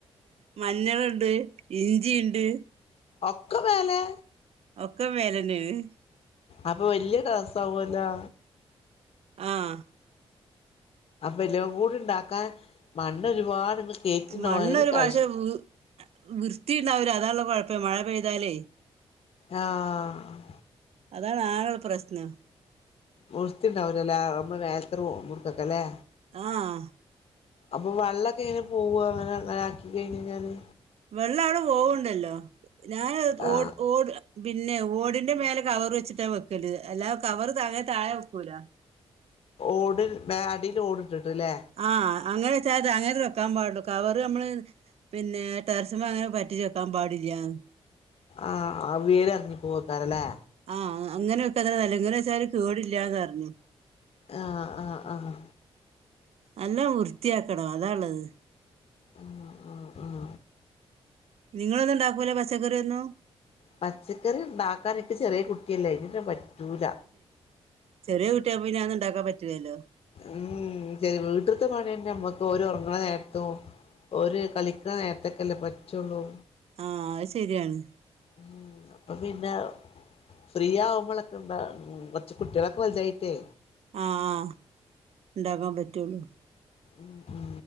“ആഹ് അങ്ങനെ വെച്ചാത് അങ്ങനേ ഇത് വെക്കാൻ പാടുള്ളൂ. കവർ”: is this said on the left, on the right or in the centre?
Right